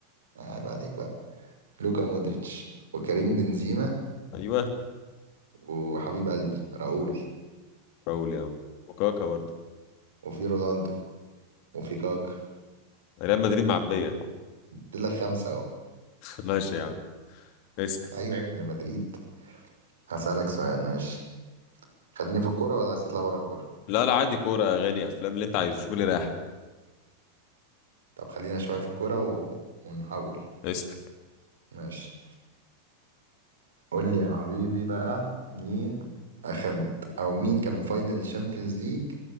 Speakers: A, on the right; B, on the left.
A: عيب عليك بقى لوكا مودريتش وكريم بنزيما
B: أيوه
A: وحبيب قلبي راؤول
B: قول يا عم وكاكا برضه
A: وفي رونالدو وفي كاكا
B: ريال مدريد معبية
A: دي لك خمسه اهو
B: <laughs> ماشي يا عم اسأل
A: ايوه يا ابن مدريد هسألك سؤال ماشي خليني في الكوره ولا عايز تطلع بره الكوره
B: لا لا عادي كورة أغاني أفلام اللي أنت عايزه شوف اللي رايح
A: طب خلينا شويه في الكوره و... ونحول
B: اسأل
A: ماشي قول لي يا حبيبي بقى مين اخد او مين كان فاينل شامبيونز ليج